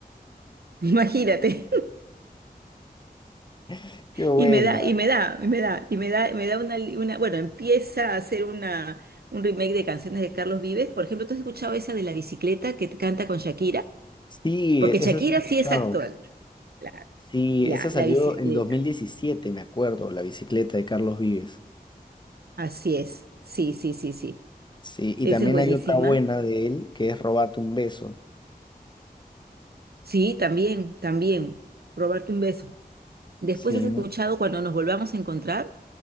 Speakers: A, on the right; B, on the left.
A: <laughs> Imagínate.
B: <laughs> Qué buena.
A: Y me da, y me da, y me da, y me da, me da una, li- una, bueno, empieza a hacer una, un remake de canciones de Carlos Vives. Por ejemplo, ¿tú has escuchado esa de la bicicleta que canta con Shakira?
B: Sí,
A: Porque
B: e,
A: Shakira
B: esa sí la he escuchado.
A: sí es actual. La-
B: Sí,
A: Ya,
B: esa salió
A: la bicicleta.
B: en dos mil diecisiete me acuerdo, La bicicleta de Carlos Vives.
A: Así es. Sí, sí, sí, sí.
B: Sí, y
A: Esa
B: también
A: es Sí. buenísima.
B: hay otra buena de él, que es Robarte un beso.
A: Sí, también, también. Robarte un beso. Después
B: Sí.
A: has escuchado cuando nos volvamos a encontrar.